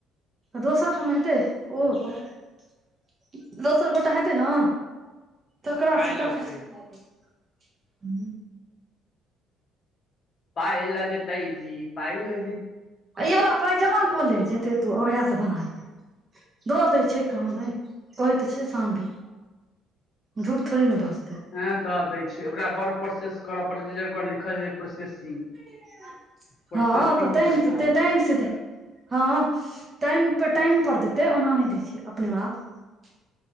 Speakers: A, on the right; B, on the left.
A: दोसर ठाम हेतै ओ प दोसर गोटा हेतै ने तकरासे
B: पाइ लगतै
A: तकरासे हू
B: पाइ लगतै जी पाइ लग
A: ई वला पाइ जमा कऽ ले जेते तू उएहसँ बना लिहें दऽ दै छै कहाँ दनि कहै तऽ छै शामबी झूठ थोड़ी ने बज
B: हँ दऽ दै छैै ओकरा बड़ प्रोसेस करय पड़ैत छै ओकर लिखल छलै प्रोसेसिंग
A: <unintelligible>
B: प्रोसेसिंग
A: हँ तऽ
B: मे
A: टाइम
B: छलै लागल
A: से त
B: हूँ
A: टाइम से हँ टाइम पर टाइम पर दे ते ओना नहि दै छै अपने आप